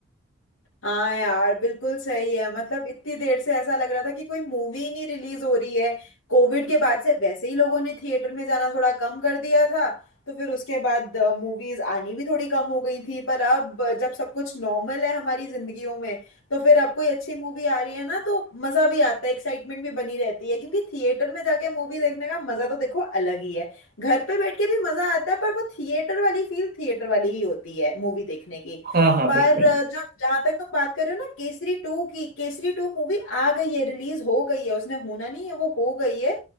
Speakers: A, on the left; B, on the right.
A: हाँ यार बिल्कुल सही है मतलब इतनी देर से ऐसा लग रहा था कि कोई मूवी ही नहीं रिलीज हो रही है कोविड के बाद से वैसे ही लोगों ने थिएटर में जाना थोड़ा कम कर दिया था तो फिर उसके बाद मूवीज आनी भी थोड़ी कम हो गई थी पर अब अ, जब सब कुछ नॉर्मल है हमारी जिंदगियों में तो फिर अब कोई अच्छी मूवी आ रही है ना तो मजा भी आता है एक्साइटमेंट भी बनी रहती है क्योंकि थिएटर में जाके मूवी देखने का मजा तो देखो अलग ही है घर पे बैठ के भी मजा आता है पर वो थिएटर वाली फील थिएटर वाली ही होती है मूवी देखने की
B: हाँ हाँ
A: पर
B: बिल्कुल
A: अ, जब जहां तक तुम बात कर रहे हो ना केसरी टू की केसरी टू मूवी आ गई है रिलीज हो गई है उसने होना नहीं है वो हो गई है